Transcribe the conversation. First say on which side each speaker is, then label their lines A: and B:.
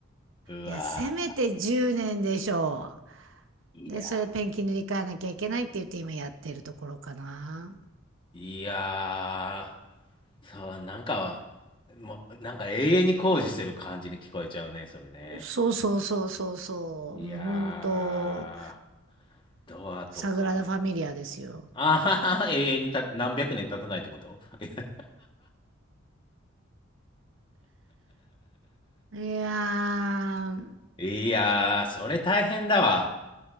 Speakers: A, on the left (about 20°); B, on the right (about 60°).
A: ーうわ
B: いや、せめて10年でしょ
A: ー、いや、
B: う。で、それペンキ塗り替えなきゃいけないって言って今やってるところかな。
A: いやー、そう、なんか、もう、なんか永遠に工事してる感じに聞こえちゃうね、それね。
B: そうそうそうそうそう。
A: いや
B: もう本当、
A: ー、ドアとか、
B: サグラダ・ファミリアですよ。
A: あははは、永遠にた、何百年経たないってこと <laughs>
B: いやー、
A: いやー、それ大変だわ。